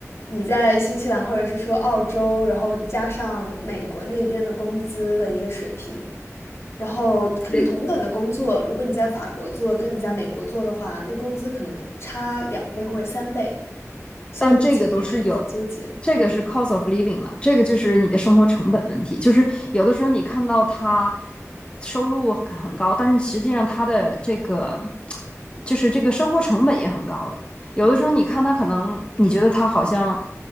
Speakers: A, on the left (about 55°); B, on the left (about 20°).
A: 你在新西兰或者是说澳洲，然后加上美国那边的工资的一个水平。然后可能同等的工作，
B: 这个
A: 如果你在法国做，跟你在美国做的话，那工资可能差两倍或者三倍，所以我目前也还在纠结。
B: 但这个都是有，这个是 cost of living 了，这个就是你的生活成本问题。就是有的时候你看到他收入很高，但是实际上他的这个就是这个生活成本也很高的。有的时候你看他可能你觉得他好像，